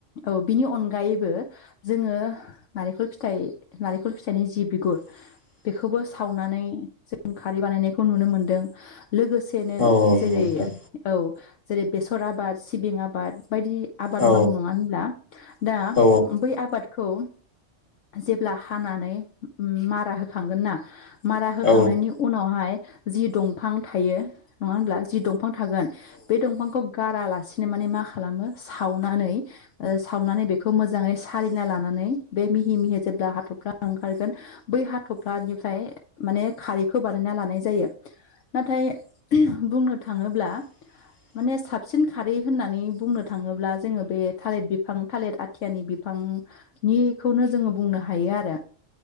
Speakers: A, on the left; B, on the left.
A: औ बिनि अनगायैबो जोंङो नारेंखल फिथ नारेंखल फिथाइनि जि बिगुर
B: <inaudible>
A: बेखौबो सावनानै जों खारै बानायनायखौ नुनो मोन्दों लोगोसेनो
B: नंगौ
A: जेरै
B: नोंथां
A: औ जेरै बेसर आबाद सिबिं आबाद बायदि आबाद
B: औ
A: मावो नङा होनब्ला दा
B: औ
A: बै आबादखौ जेब्ला हानानै मारा होखांगोन ना मारा होखांनायनि
B: औ
A: उनावहाय जि दंफां थायो नङा होनब्ला जि दंफां दफां थागोन बे दंफांखौ गाराला बिनो मान मा खालामो सावनानै सावनानै बेखौ मोजाङै सारिलिना लानानै बे मिह मिह जेब्ला हाथफ्ला ओंखारगोन बै हाथफ्लानिफ्राय माने खारखौ बानायना ला नाय जायो। नाथाय बुंनो थाङोब्ला
B: <inaudible>
A: माने साबसिन खारै होननानै बुंनो थाङोब्ला जोङो बे थालिर बिफां थालिर आथियानि बिफां निखौनो जोंङो बुंनो हायो आरो।